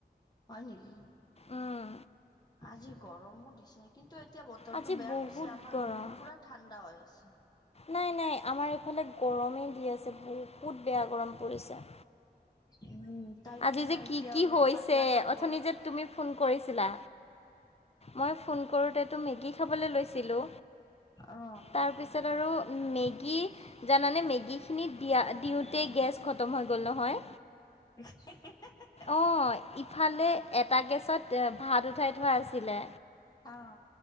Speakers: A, on the left; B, on the left.
A: হয় নেকি
B: উম,
A: আজি গৰমো দিছে কিন্তু এতিয়া বতৰটো
B: আজি
A: বেয়া
B: বহুত
A: কৈছে আমাৰ
B: গৰম
A: ৰুমটো পুৰা ঠাণ্ডা হৈ আছে।
B: নাই নাই আমাৰ এইফালে গৰমেই দি আছে বহুত বেয়া গৰম পৰিছে।
A: <inaudible> উম তাইকটো
B: আজি
A: মই
B: যে কি
A: এতিয়া
B: কি
A: অলপ
B: হৈছে
A: পাতলা কামবুল
B: অথনি যে তুমি ফোন কৰিছিলা মই ফোন কৰোঁতেতো মেগী খাবলৈ লৈছিলোঁ।
A: অ
B: তাৰপিছত আৰু মেগী জানানে মেগী খিনিত দিয়া দিওঁতে গেছ খতম হৈ গ'ল নহয়।
A: হে হে হা হা!
B: অ', ইফালে এটা গেছত ভাত উঠাই থোৱা আছিলে।
A: অ